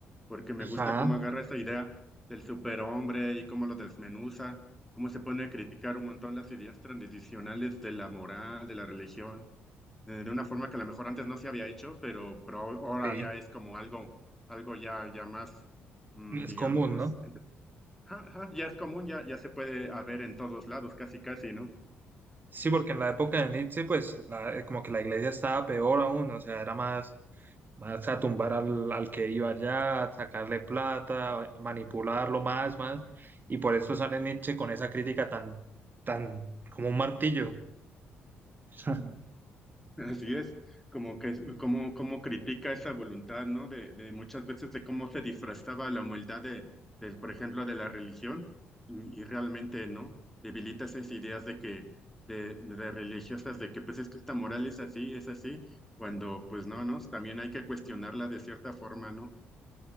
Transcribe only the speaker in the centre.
porque me
gusta cómo agarra esa idea del superhombre y cómo lo desmenuza, cómo se pone a criticar un montón las ideas tradicionales de la moral, de la religión eh, de una forma que a lo mejor antes no se había hecho, pero, pero ahor- ahora
ya es como algo, algo ya, ya más, mm,
digamos,
<laughs> ja, ja, ya es común, ya, ya se puede haber en todos lados, casi, casi, ¿no?
Así es, como que como, como critica esa voluntad, ¿no? De, de muchas veces de cómo se disfrazaba la humildad de, del, por ejemplo, de la religión y, y realmente, ¿no? Debilita esas ideas de que de, de religiosas de que pues es que esta moral es así, es así, cuando pues no, ¿no? También hay que cuestionarla de cierta forma, ¿no?